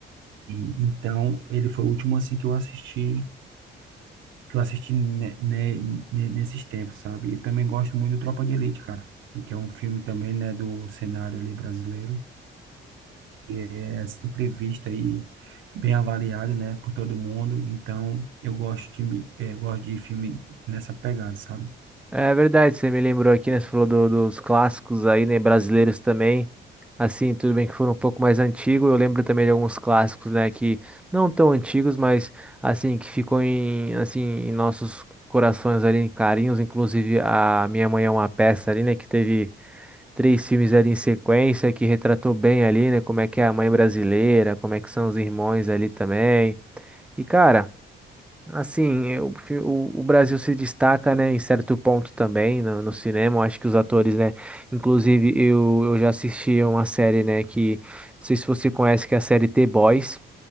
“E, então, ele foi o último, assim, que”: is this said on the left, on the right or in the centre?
Right